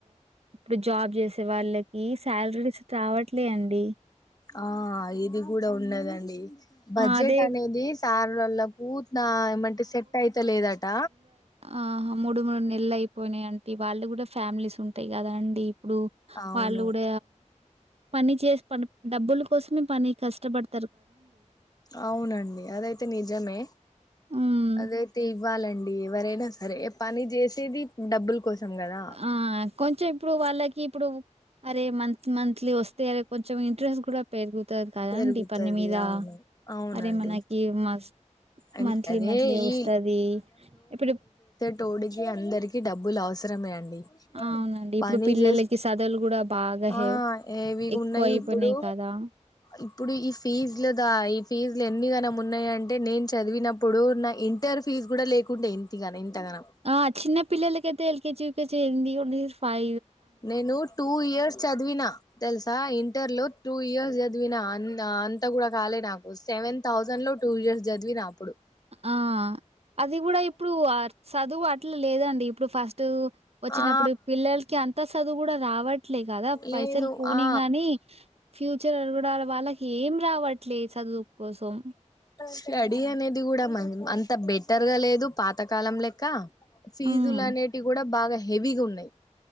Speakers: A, on the right; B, on the left.
A: ఇప్పుడు జాబ్ చేసే వాళ్ళకి శాలరీ రావట్లే అండి
B: ఆ ఇది కూడ <unintelligible> బడ్జెట్
A: ఆ! అదే
B: అనేది సార్లలో <unintelligible> ఏమంటే సెట్ అయిత లేదట
A: ఆ మూడు మూడు నెలలు అయిపోయినా <unintelligible> వాళ్ళు కూడా ఫ్యామిలీస్ ఉంటాయి కదా అండి ఇప్పుడు
B: అవును
A: వాళ్ళు కూడ పని చే పని డబ్బుల కోసమే పని కష్టపడు
B: అవునండి అదైతే నిజమే
A: హ్మ్.
B: అదైతే ఇవ్వాలండి ఎవరైనా అరే పని చేసేది డబ్బుల కోసం కదా
A: ఆ కొంచెం ఇప్పుడు వాళ్ళకి ఇప్పుడు అరే మంత్ మంత్లీ వస్తే అరే కొంచెం ఇంట్రెస్ట్ కూడా పెరుగుతది కదండి
B: పెరుగుతది
A: పని మీద
B: అవును అవునండి
A: అరే మనకి మస్
B: అండ్
A: మంత్లీ
B: అదే
A: మంత్లీ వస్తది
B: ఈ
A: ఇప్పుడు
B: తోడుకి అందరికి డబ్బులు అవసరమే అండి
A: అవునండి. ఇప్పుడు
B: పని
A: పిల్లలకి
B: చేస్
A: చదువులు గూడా బాగా హె
B: ఆ ఏవి
A: ఎక్కువ
B: ఉన్నాయి
A: అయిపోయినాయి
B: ఇప్పుడు
A: కదా!
B: ఇప్పుడు ఈ ఫీజులదా ఈ ఫీజులు ఎన్ని గనం ఉన్నాయంటే నేను చదివినప్పుడు నా ఇ ఇంటర్ ఫీజ్ కూడా లేకుంటే ఇంతిగన ఇంతగానం
A: ఆ చిన్న పిల్లలకైతే ఎల్కెజీ యు కేజీ ఏంది ఫై
B: నేను టూ ఇయర్స్ చదివిన తెలుసా ఇంటర్ లో టూ ఇయర్స్ చదివినా అంతా కూడా కాలే నాకు సెవెం థౌజండ్ లో టూ ఇయర్స్ చదివిన అప్పుడు
A: ఆ అది కూడా ఇప్పుడు చదువు అట్లా లేదండి ఇప్పుడు ఫస్ట్ వచ్చినప్పుడు
B: ఆ
A: పిల్లలకి అంతా చదువు కూడా రావట్లేదు కదా పైసలు
B: లేదు
A: పోనీ
B: ఆ
A: గానీ ఫ్యూచర్ అ కూడా వాళ్ళకి ఏం రావట్లే చదువు కోసం
B: స్టడీ అనేది కూడా మ అంత బెటర్గా లేదు పాతకాలం లెక్క ఫీజులు
A: హ్మ్.
B: అనేటివి కూడా బాగా హెవీగా ఉన్నాయి